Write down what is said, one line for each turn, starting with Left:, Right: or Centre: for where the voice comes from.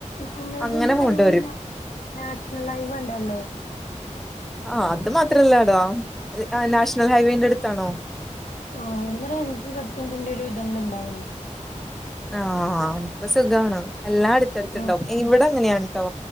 Left: ഞങ്ങളതന്.
Centre: അങ്ങനെ
Left: ന്
Centre: പോകേണ്ടി
Left: പറയുമ്പോ
Centre: വരും
Left: പിന്ന നാഷണൽ ഹൈവ് ഉണ്ടല്ലോ
Centre: ആഹ് അത് മാത്രല്ല ടാ നാഷണൽ ഹൈവേന്റെ അടുത്താണോ
Left: ആഹ് അവിടുന്ന് ഒരു അഞ്ചച് പത്ത് മിനിന്റെ ഒരു ഇതെണ്ണ ഉണ്ടാവല്ലോ
Centre: ആഹ് അപ്പൊ സുഖണ എല്ലാം അടുത്ത്ടുത്തുണ്ടാവും
Left: ആഹ് ആഹ്
Centre: ഇവിടെ അങ്ങനെ ആണുട്ടോ